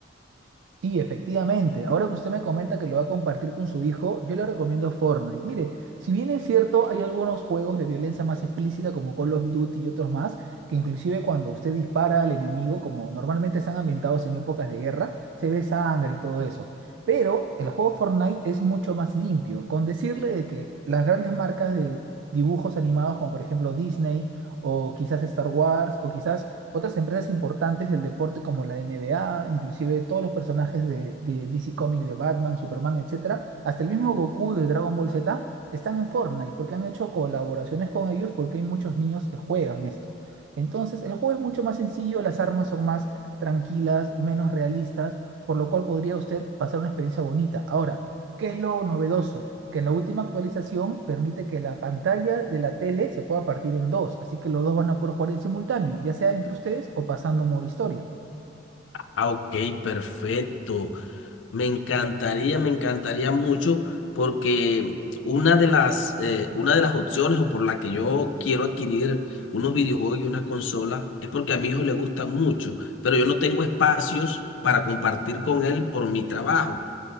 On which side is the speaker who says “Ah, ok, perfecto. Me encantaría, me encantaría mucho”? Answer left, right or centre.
Left